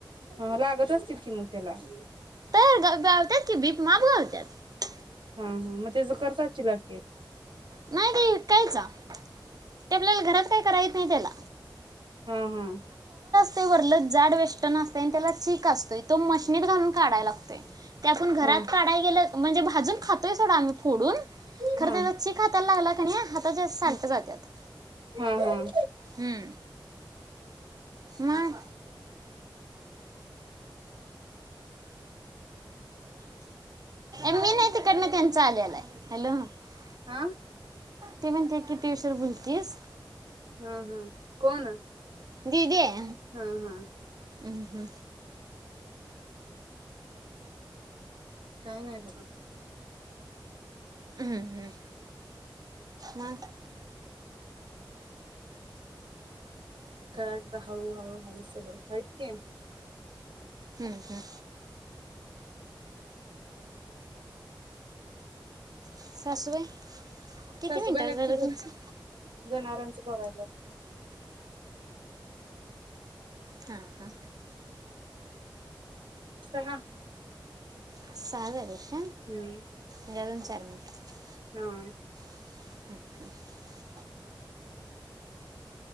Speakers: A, on the right (about 70°); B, on the right (about 50°).
A: हा <unintelligible>
B: तर गावत्यात की बीप माप गावत्यात
A: हम त्याचं करत असशीला की,
B: नाही ते विकायचा ती आपल्याला घरात काय करायला येत नाही तेला
A: हं!
B: ते वरले जाड वेस्टन असतय आणि त्याला चीक असतोय तो मशनीत घालून काढायला लागतोय. ते आपण, घरात
A: हा
B: काढायला गेलं म्हणजे भाजून? घेतोय सोडा आम्ही फोडून खरं,
A: हा
B: त्याचं चीक, हाताला लागला क नी हाताचे सालट
A: हा
B: जातात
A: हा
B: हुं मंग. मी नाही, तिकडंन त्यांचा आलेला हाय हॅलो. <unintelligible>
A: अं!
B: ती म्हणते किती उशीर बोलतीस
A: ह ह कोण
B: दिदी आहे.
A: हं हं!
B: हम
A: काय नाही बघा
B: हुं हुं! मग
A: करायचं, त हळूहळूहळू सगळं आहेत कि.
B: हंहं सासूबाई किती
A: सासुबाई,
B: मिनटात
A: हायत
B: झालं
A: कि ज
B: तुमचं
A: जनावरांच बघायला
B: हः हः!
A: सहा
B: सहा झालेत काय
A: हुं!
B: मोजून चार मिनिटं
A: <unintelligible>
B: <unintelligible>